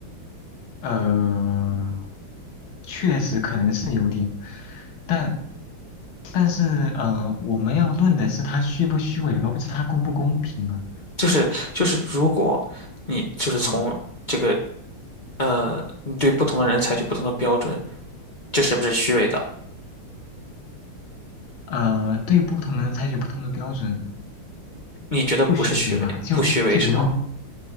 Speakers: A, on the left; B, on the left.
A: 呃，确实可能是有点，但但是呃，我们要论的是它虚不虚伪，而不是它公不公平啊。
B: 就是就是，如果你就是从这个
A: 嗯
B: 呃，你对不同的人采取不同的标准，这是不是虚伪的？
A: 呃，对不同人采取不同的标准，
B: 你觉得不是虚伪，
A: 不虚伪吧？就就比如说
B: 不虚伪是吗？